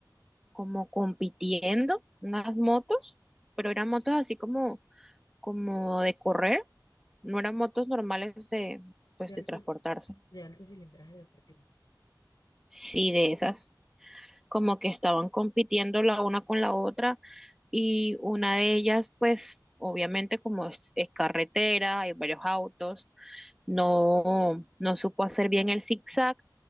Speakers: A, in the centre; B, on the left.
A: como compitiendo unas motos, pero eran motos así como, como de correr, no eran motos normales de, pues,
B: De
A: de
B: altos,
A: transportarse.
B: de alto cilindraje deportivo.
A: Sí, de esas. como que estaban compitiendo la una con la otra y una de ellas, pues obviamente como es, es carretera, hay varios autos, no, no supo hacer bien el zigzag